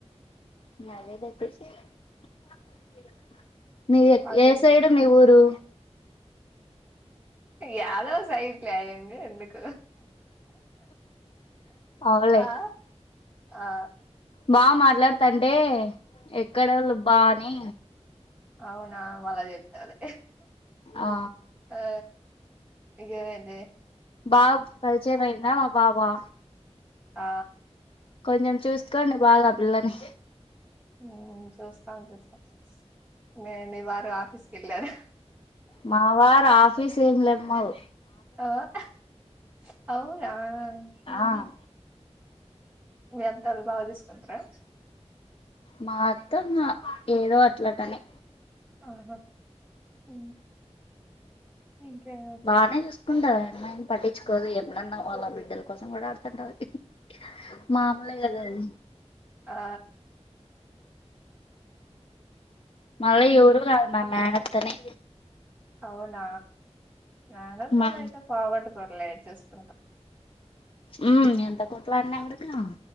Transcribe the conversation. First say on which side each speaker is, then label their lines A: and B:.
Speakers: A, on the left; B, on the right.
A: <unintelligible> మిది
B: అదే
A: ఏ సైడు మీ ఊరు
B: యాదో సైడ్లే ఆయన్ని ఎందుకు
A: అవులే
B: ఆ ఆ
A: బా మాట్లాడుతాంటే ఎక్కడోళ్ళు బా అని
B: అవునా వాళ్ళ చెప్తాలే
A: ఆ
B: ఆ ఇగమిది
A: బా పరిచయంమయిందా మా బాబా
B: ఆ
A: కొంచెం చూసుకోండి బాగా పిల్లని
B: హు చూస్తాం చూస్తాం నే మీ వారు ఆఫీస్కి కేళ్ళారా
A: మా వారు ఆఫీస్ ఏమి లేమ్మరు
B: ఆ ఆహ్ అవునా ఇంకి
A: ఆ
B: మీ అత్తల్లు బాగా చూసుకుంటారా
A: మా అత్త ఏదో అట్లాటని
B: ఆహా హు ఇంకా ఏ
A: బానే చూసుకుంటాది ఆయమ్మ పట్టించుకోదు ఎప్పుడన్నా వాళ్ళ బిడ్డల కోసం కూడా ఆడుతుంటా కాబట్టి మామూలే కదా అది
B: ఆ
A: మళ్ళ
B: ఉమ్.
A: ఎవరు కాదు మా మేనత్త నే
B: అవునా మేనత్తలు
A: మా
B: అయితే పోగొట్టుకోర్లే చూసుకుంటాం
A: ఉ ఎంతా కోట్లాడిన కూడా కా